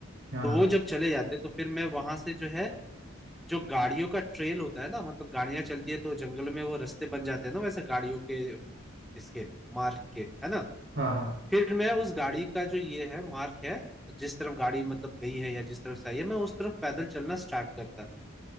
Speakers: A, on the right (about 60°); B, in the centre.
A: हाँ
B: तो
A: हाँ
B: वो जब चले जाते तो फिर मैं वहां से जो है जो गाड़ियों का ट्रेल होता है ना मतलब गाड़ियां चलती है तो जंगल में वो रास्ते बन जाते हैं ना वैसे गाड़ियों के इसके मार्ग के है ना
A: हाँ हाँ
B: फिर मैं उस गाड़ी का जो ये है मार्ग है जिस तरफ गाड़ी मतलब गई है या जिस तरफ से आई है मैं उस तरफ पैदल चलना स्टार्ट करता